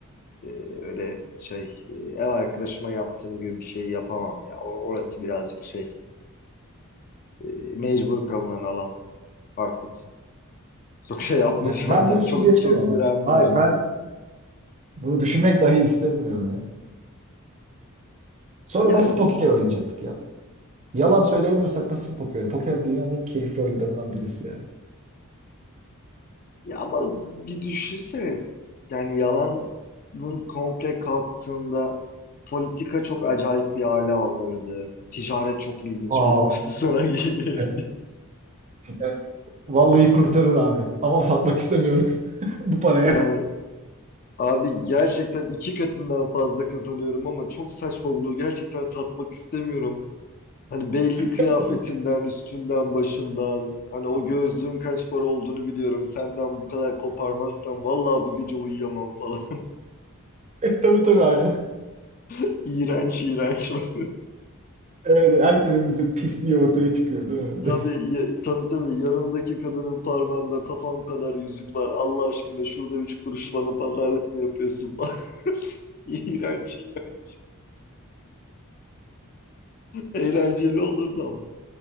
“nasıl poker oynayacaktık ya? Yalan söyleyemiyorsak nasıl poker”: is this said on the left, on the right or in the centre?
Right